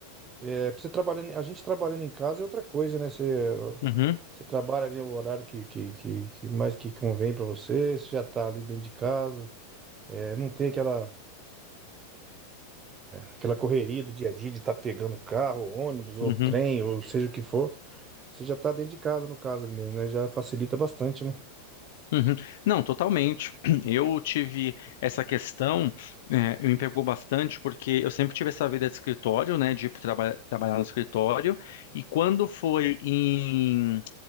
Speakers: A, on the right; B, on the left.
A: é pra você trabalhando, a gente trabalhando em casa é outra coisa, né? Você,
B: Uhum,
A: você trabalha ali o horário que, que, que, que mais que convém para você, você já tá ali dentro de casa. É, não tem aquela, aquela correria do dia a dia de estar pegando carro, ônibus, ou
B: uhum.
A: trem, ou seja o que for. Você já está dentro de casa, no caso ali mesmo, né? Já facilita bastante, né?
B: Uhum. Não, totalmente. <clears throat> Eu tive essa questão, eh, me pegou bastante, porque eu sempre tive essa vida de escritório, né, de ir pro traba trabalhar no escritório, e quando foi em,